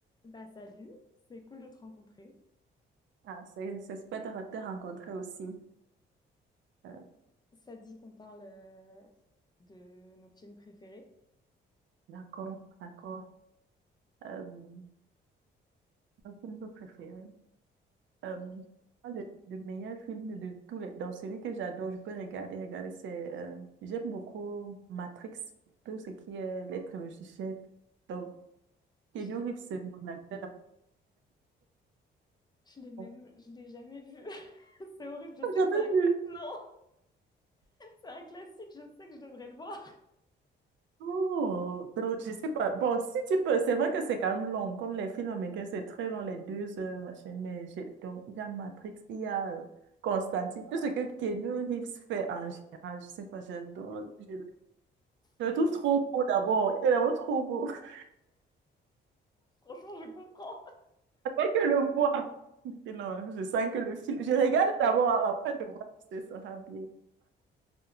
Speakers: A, on the left; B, on the right.
A: Bah salut, c'est cool de te rencontrer.
B: Ah, c'est c'est super de re- te rencontrer aussi. Euh,
A: Ça dit qu'on parle euh, de nos films préférés.
B: d'accord, d'accord. Euh, mon film préféré. Euh, moi, le, le meilleur film de tous les... Donc, celui que j'adore, je peux regarder, regarder, c'est... euh, j'aime beaucoup Matrix, tout ce qui est les trilogies. J'ai- Donc, Keanu
A: Je l'ai,
B: Reeves, c'est mon acteur.
A: je l'ai même,
B: <laughs>
A: je l'ai jamais vu. <laughs> C'est horrible, je
B: J'ai
A: sais
B: Jamais
A: que c'est un...
B: vu.
A: Non,
B: <laughs>
A: c'est un classique, je sais que je devrais le voir.
B: Oh, donc je sais pas. Bon, si tu peux, c'est vrai que c'est quand même long, comme les films américains, c'est très long, les deux heures, machin, mais j'ai- donc il y a Matrix, il y a euh, Constantine, tout ce que Keanu Reeves fait en général, je sais pas, j'adore, je, je
A: Mais
B: le trouve trop beau d'abord, il est d'abord trop beau, <laughs>
A: franchement, je comprends.
B: après que le voir, Et non, je sens que le film, je regarde d'abord, après je vois si ce sera bien.